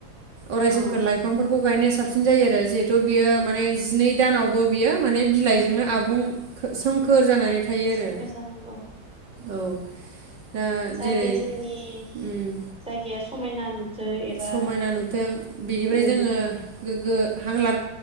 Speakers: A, on the right (about 65°); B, in the centre.
A: अराय सोमखोर
B: औ
A: लाइफांफोरखौ गायनाया साबसिन जायो आरो। जिहेथु बियो माने जिनै दानावबो बियो माने बिलाइजोंनो आबुं सोमखोर जानानै थायो आरो
B: सोमखोर जानांगौ
A: औ दा
B: जाहाथे
A: जेरै
B: जोंनि
A: उम
B: जायगा समायना एबा
A: समायना नुथों बेनिफ्राय
B: उम
A: जोंङो। गोग्गो हांला